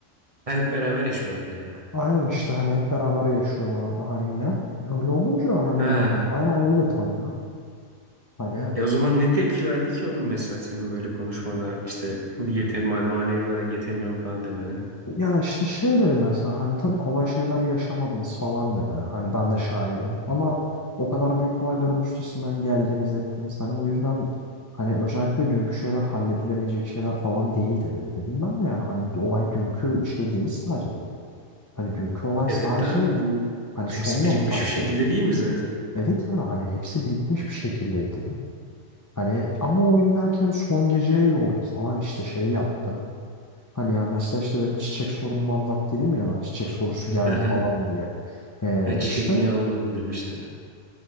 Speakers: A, on the right; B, on the left.
A: Ha, hep beraber yaşıyorlardı yani.
B: Aynen işte hani hep beraber yaşıyorlardı hani yine. Öyle olunca hani
A: Ha.
B: yani bayağı iyi de tanıyor. Hani
A: E o zaman ne tepki verdi ki oğlum mesela senin böyle konuşmana işte yetem manevi olarak yetemiyorum falan demene.
B: ya işte şey dedi mesela hani tabii kolay şeyler yaşamadınız falan dedi. Hani ben de şahidim ama o kadar büyük olayların üstesinden geldiniz ettiniz. Hani o yüzden hani özellikle dünkü şeyler halledilemeyecek şeyler falan değil dedi. Dedim ben de yani hani olay dünkü şey değil sadece dedim. Hani dünkü olay
A: Evet
B: sadece
A: de abi bu
B: hani
A: hepsi
B: son noktaydı
A: birikmiş bir şekilde
B: dedim.
A: değil mi zaten?
B: Evet yani hani hepsi birikmiş bir şekildeydi dedim. Hani ama o illa ki hani son geceye yordu falan işte şey yaptı. Hani ya mesela işte benim çiçek sorunumu anlat dedim ya ben çiçek sorusu geldi
A: Hı hı.
B: falan diye. Ee,
A: Ha, çiçek
B: işte
A: niye almadın demişti.